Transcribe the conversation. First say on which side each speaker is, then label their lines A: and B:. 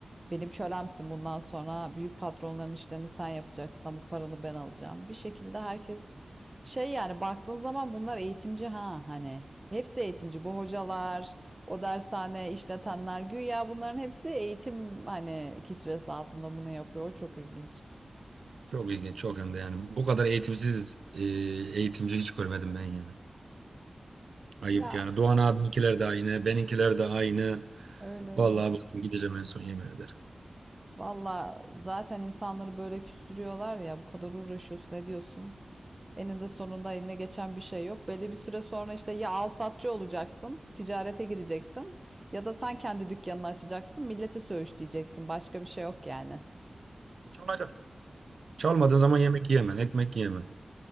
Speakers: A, on the right (about 20°); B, on the right (about 90°).
A: benim kölemsin bundan sonra büyük patronların işlerini sen yapacaksın ama paranı ben alacağım. Bir şekilde herkes şey yani baktığın zaman bunlar eğitimci ha hani. Hepsi eğitimci bu hocalar, o dershane işletenler güya bunların hepsi eğitim hani kisvesi altında bunu yapıyor. O Çok ilginç.
B: Çok ilginç çok hem de yani. Bu kadar eğitimsiz e, eğitimci hiç görmedim ben yani. Ayıp
A: Ya
B: yani. Doğan abiminkiler de aynı. Beninkiler de aynı.
A: öyle öyle.
B: Vallahi bıktım gideceğim en son yemin ederim.
A: Valla zaten insanları böyle küstürüyorlar ya bu kadar uğraşıyorsun ne diyorsun? Eninde sonunda
B: Evet.
A: eline geçen bir şey yok. Belli bir süre sonra işte ya alsatçı olacaksın, ticarete gireceksin ya da sen kendi dükkanını açacaksın, milleti söğüşleyeceksin. Başka bir şey yok yani.
B: Çalacağım. Çalmadığın zaman yemek yiyemem, ekmek yiyemem.